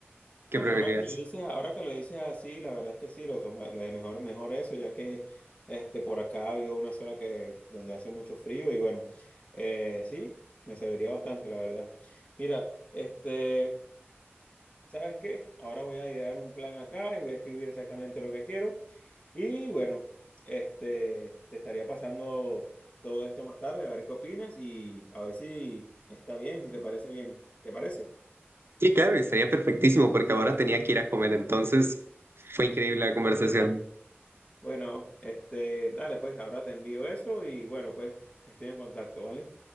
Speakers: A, on the right (about 65°); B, on the left (about 30°).
A: ¿Qué
B: Bueno,
A: preferirías?
B: ahora que lo dices, ahora que lo dices así, la verdad es que sí, lo toma- lo de mejor, mejor eso, ya que este por acá había una sola que donde hace mucho frío y bueno, eh, sí, me serviría bastante, la verdad. Mira, este, ¿sabes qué? Ahora voy a idear un plan acá y voy a escribir exactamente lo que quiero y bueno, este, te estaría pasando todo esto más tarde a ver qué opinas y a ver si está bien, si te parece bien. ¿Te parece?
A: Sí, claro, estaría perfectísimo porque ahora tenía que ir a comer, entonces fue increíble la conversación.
B: Bueno, este, dale, pues ahora te envío eso y bueno, pues estoy en contacto, ¿vale?